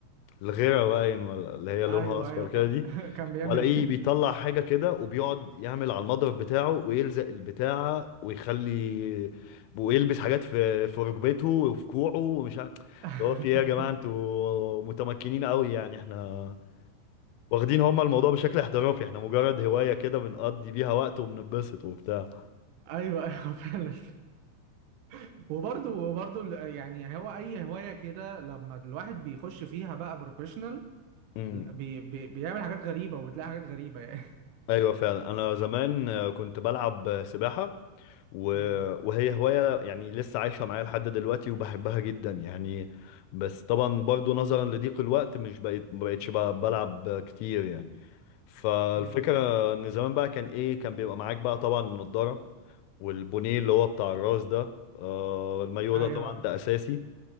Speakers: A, on the left; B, on the right.
A: الغيره باين ولا اللي هي لونها
B: أيوه
A: اصفر
B: أيوه
A: كده
B: كان
A: دي
B: <laughs> كان بيعمل
A: وألاقيه
B: إيه
A: بيطلع حاجة كده وبيقعد يعمل على المضرب بتاعه ويلزق البتاعة ويخلي ويلبس حاجات في في ركبته وفي كوعه ومش عارف
B: <laughs>
A: هو في ايه يا جماعة انتوا متمكنين قوي يعني احنا واخدين هما الموضوع بشكل احترافي احنا مجرد هواية كده بنقضي بيها وقت وبنتبسط وبتاع
B: أيوه أيوه فعلا <laughs> وبرضه وبرضه ال- يعني هو أي هواية كده لما الواحد بيخش فيها بقى بروفيشنال
A: امم
B: بي بي بيعمل حاجات غريبة وبتلاقي حاجات غريبة يعني
A: ايوه فعلا انا زمان آه، كنت بلعب آه، سباحة
B: <laughs>
A: و...
B: امم
A: وهي هواية يعني لسه عايشة معايا لحد دلوقتي وبحبها جدا يعني بس طبعا برضو نظرا لضيق الوقت مش بقيت ما بقيتش ب- بلعب كتير يعني فالفكرة
B: امم
A: ان زمان بقى كان ايه كان بيبقى معاك بقى طبعا النضارة والبونيه اللي هو بتاع الراس ده آه المايو
B: ايوه
A: ده طبعا ده اساسي